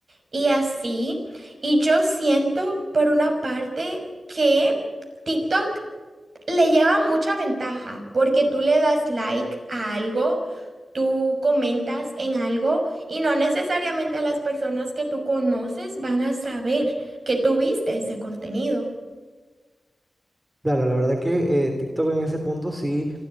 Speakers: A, on the right; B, on the right.
A: y así, y yo siento por una parte que... TikTok le lleva mucha ventaja porque tú le das like a algo, tú comentas en algo y no necesariamente las personas que tú conoces van a saber que tú viste ese contenido.
B: Claro, la verdad que eh, TikTok en ese punto sí